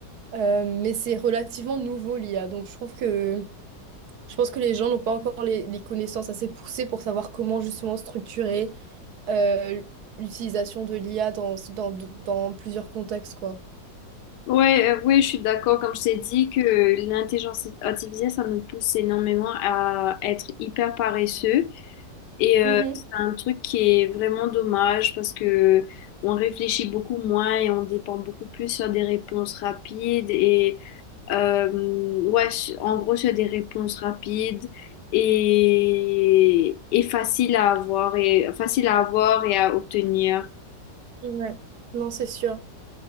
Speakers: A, on the right (about 65°); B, on the left (about 75°).
A: Euh, mais c'est relativement nouveau l'IA. Donc je trouve que je pense que les gens n'ont pas encore les, les connaissances assez poussées pour savoir comment justement structurer euh, l'utilisation de l'IA dans, dans, dans plusieurs contextes, quoi.
B: Ouais, euh, ouais, je suis d'accord. Comme je t'ai dit, que l'intelligence artificielle, ça nous pousse énormément à être hyper paresseux. Et
A: Mhm.
B: euh, c'est un truc qui est vraiment dommage parce que on réfléchit beaucoup moins et on dépend beaucoup plus sur des réponses rapides et euh, ouais, su- en gros sur des réponses rapides et, et faciles à avoir et faciles à avoir et à obtenir.
A: Ouais, non, c'est sûr.